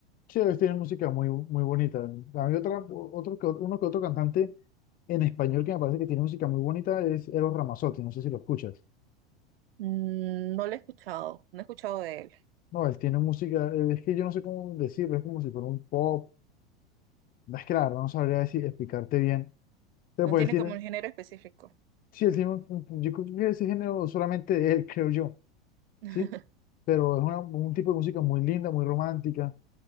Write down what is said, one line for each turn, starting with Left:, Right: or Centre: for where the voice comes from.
Left: Sí, ellos tienen música muy, muy bonita. Hay otra, otro, que- uno que otro cantante en español que me parece que tiene música muy bonita es Eros Ramazzotti, no sé si lo escuchas.
Right: Mm, No lo he escuchado, no he escuchado de él.
Left: No, él tiene música, eh, es que yo no sé cómo decirlo, es como si fuera un pop No es que la verdad no sabría decir, explicarte bien. Pero
Right: No
Left: pues
Right: tiene
Left: él tiene,
Right: como un género específico.
Left: sí, él tiene, un- yo creo que ese género solamente él, creo yo,
Right: <laughs>
Left: ¿sí? Pero es una- un tipo de música muy linda, muy romántica,